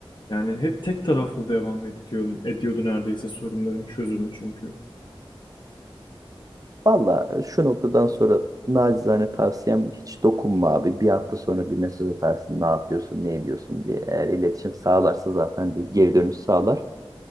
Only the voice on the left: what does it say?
Yani hep tek taraflı devam ediyordu, ediyordu neredeyse sorunların çözümü çünkü.